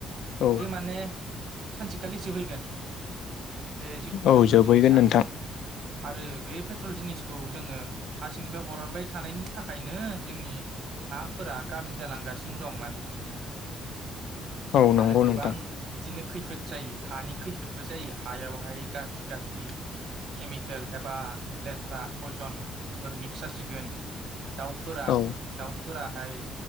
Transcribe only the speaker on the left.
औ
औ जोबहैगोन
नोंथां
औ नंगौ
नोंथां
औ